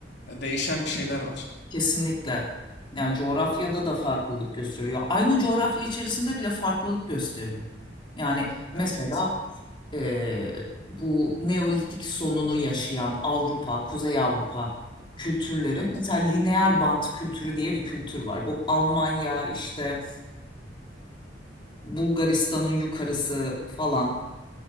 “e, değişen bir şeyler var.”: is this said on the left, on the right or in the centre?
Left